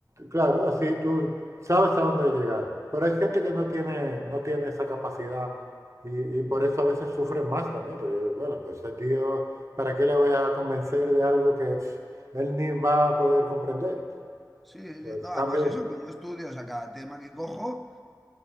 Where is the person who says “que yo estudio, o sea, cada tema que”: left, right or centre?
Centre